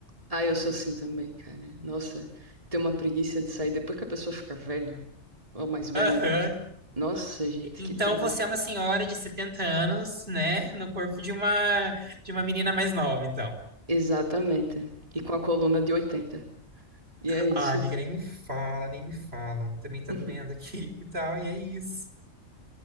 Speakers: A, on the right; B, on the right.
A: Ah, eu sou assim também, cara. Nossa, tem uma preguiça de sair depois que a pessoa fica velha, ou mais velha,
B: <laughs> Aham.
A: né? Nossa, gente,
B: Então
A: que preguiça.
B: você é uma senhora de 70 anos, né? No corpo de uma de uma menina mais nova, então.
A: Exatamente. E com a coluna de 80. E é isso.
B: Ah, amiga, nem me fala, nem me fala. Também tá
A: <laughs>
B: doendo aqui <laughs> e tal, e é isso.